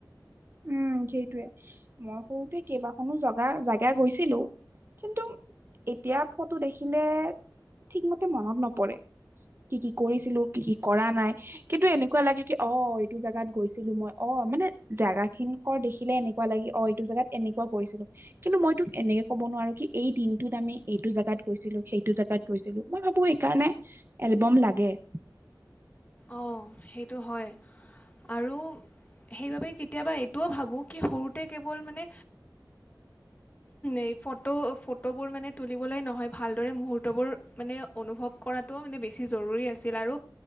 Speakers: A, on the right; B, on the left.
A: উম, সেইটোৱে মই সৰুতে কেইবাখনো জগা- জাগা গৈছিলোঁ কিন্তু এতিয়া ফটো দেখিলে ঠিকমতে মনত নপৰে। কি, কি কৰিছিলোঁ? কি, কি কৰা নাই কিন্তু এনেকুৱা লাগে কি অ' এইটো জোগাত গৈছিলোঁ মই অ' মানে জেগা ঠিন খৰ দেখিলে এনেকুৱা লাগে অ' এইটো জোগাত এনেকুৱা কৰিছিলোঁ কিন্তু মইতোক এনেকে ক'ব নোৱাৰো কি এই দিন এইটোত আমি এইটো জাগাত গৈছিলোঁ, সেইটো জোগাত গৈছিলোঁ, মই ভাবো সেইকাৰণে এলবম লাগে। <inaudible>
B: অ' সেইটো হয় আৰু সেইবাবে কেতিয়াবা এইটোও ভাবোঁ কি সৰুতে কেৱল মানে এই ফটো ফটোবোৰ মানে তুলিবলৈ নহয় ভালদৰে মুহুৰ্তবোৰ মানে অনুভৱ কৰাতোও মানে বে বেছি জৰুৰী আছিল আৰু